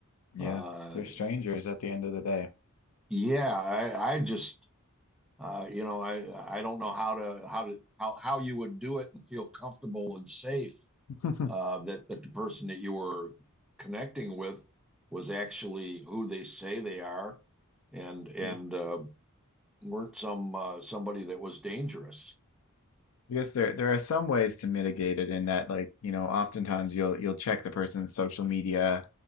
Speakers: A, on the left; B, in the centre.
A: Yeah.
B: Uh,
A: They're strangers at the end of the day.
B: yeah, I, I just uh, you know I I don't know how to how to how how you would do it and feel comfortable and safe
A: <laughs>
B: uh, that that the person that you were connecting with was actually who they say they are and and
A: Yeah.
B: uh, weren't some uh, somebody that was dangerous.
A: I guess there there are some ways to mitigate it in that like, you know, oftentimes you'll you'll check the person's social media